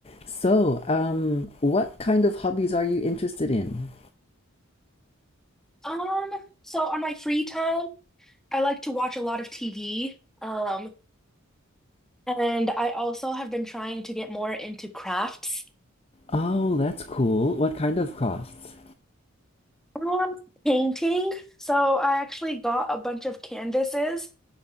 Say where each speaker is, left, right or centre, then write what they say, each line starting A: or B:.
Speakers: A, on the left; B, in the centre.
A: So, um, what kind of hobbies are you interested in?
B: Um, so on my free time, I like to watch a lot of TV. Um, and I also have been trying to get more into crafts.
A: Oh, that's cool. What kind of crafts?
B: Um, painting. So I actually got a bunch of canvases